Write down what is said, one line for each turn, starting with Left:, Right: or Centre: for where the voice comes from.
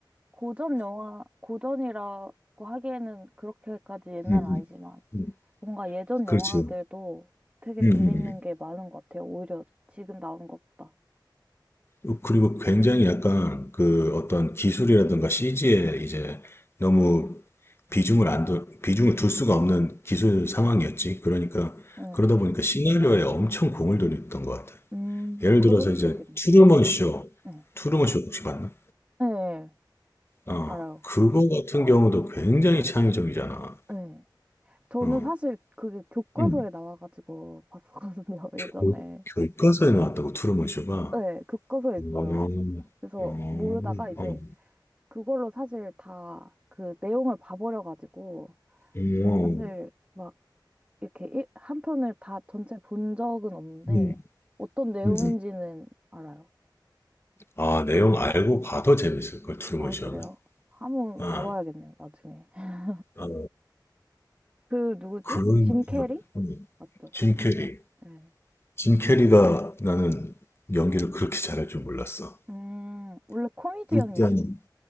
Right: 고전 영화, 고전이라고 하기에는 그렇게까지 옛날은
Left: 음,
Right: 아니지만
Left: 음,
Right: 뭔가 예전
Left: 그렇지요.
Right: 영화들도 되게
Left: 음,
Right: 재밌는
Left: 음, 음.
Right: 게 많은 것 같아요. 오히려 지금 나온 것보다.
Left: 어, 그리고 굉장히 약간 그 어떤 기술이라든가 CG에 이제 너무 비중을 안 둬, 비중을 둘 수가 없는 기술 상황이었지. 그러니까
Right: 네.
Left: 그러다 보니까 시나리오에 엄청 공을 들였던 것 같아.
Right: 음,
Left: 예를
Right: 그럴
Left: 들어서
Right: 수도
Left: 이제
Right: 있겠네요.
Left: 투르먼
Right: 네.
Left: 쇼,
Right: 네.
Left: 투루먼 쇼 혹시 봤나?
Right: 네,
Left: 어,
Right: 알아요.
Left: 그거 같은 경우도 굉장히 창의적이잖아.
Right: 네. 저는
Left: 어,
Right: 사실 그게 교과서에
Left: 음.
Right: 나와가지고 봤었거든요, <laughs> 예전에.
Left: 교- 교과서에 나왔다고 트루먼 쇼가?
Right: 네, 교과서에 있어요.
Left: 음, 음,
Right: 그래서
Left: 어
Right: 모르다가
Left: 음,
Right: 이제 그걸로 사실 다 그 내용을 봐버려가지고
Left: 음,
Right: 사실 막 이렇게 일- 한 편을 다 전체 본 적은 없는데
Left: 음,
Right: 어떤 내용인지는
Left: 음.
Right: 알아요.
Left: 아, 내용 알고 봐도 재밌을 걸 트루먼
Right: 아,
Left: 쇼는.
Right: 그래요? 한번
Left: 아,
Right: 봐봐야겠네요, 나중에. <laughs>
Left: 아,
Right: 그 누구지?
Left: 그런
Right: 짐 캐리?
Left: 음,
Right: 맞죠?
Left: 짐 캐리.
Right: 네.
Left: 짐 캐리가 나는 연기를 그렇게 잘할 줄 몰랐어.
Right: 음, 원래 코미디언이죠.
Left: 일단